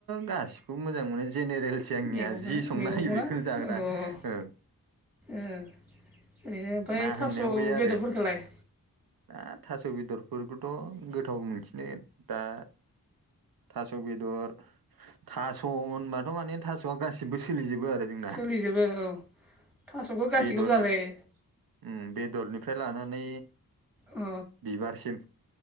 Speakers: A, on the right; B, in the centre.
A: गासिखौबो मोजां मोनो जेनेरेलसै आंनिया
B: मैगंखौ
A: जि संना
B: मैगंखौना
A: होयो बेखौनो जाग्रा
B: औ ओ
A: ओं
B: ओरैनो ओमफ्राय
A: ना
B: थास'
A: होननायाव गैया
B: बेदरफोरखौलाय?
A: आरो दा थास' बेदरफोरखौथ' गोथाव मोनसिनो दा थास' बेदर थास' होनबाथ' माने थास'आ गासिबो सोलिजोबो आरो जोंना
B: सोलिजोबो औ थास'खौ गासिखौबो
A: बेदरनि
B: जाजायो
A: उम बेदरनिफ्राय लानानै
B: अ
A: बिबारसिम